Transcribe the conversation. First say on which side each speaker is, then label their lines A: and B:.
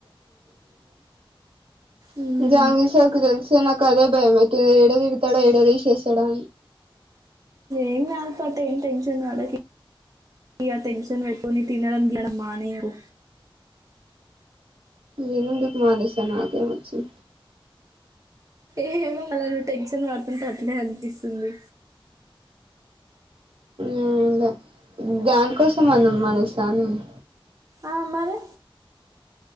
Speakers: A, on the right; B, on the right.
A: ఉమ్,
B: ఛ జాంగిర్ సారీక్కి దెల్సే నా కదే భయమైత ఏడదిడ్తడో ఏడతీసేస్తాడు
A: ఏంగాదు పటూ ఏం టెన్షన్ వడకి ఇగ టెన్షన్ వెట్కోని తినడం గినడం మానేయకూ
B: నేనెందుకు మాదేస్తా నాకేమోచ్చిం
A: ఏమో మళ్ళా నువ్వు టెన్షన్ వడ్తుంటె అట్లే అనిపిస్తుంది
B: ఏంలే గాన్కోసం అన్నం మానేస్తాన్ నేను
A: ఆ మరి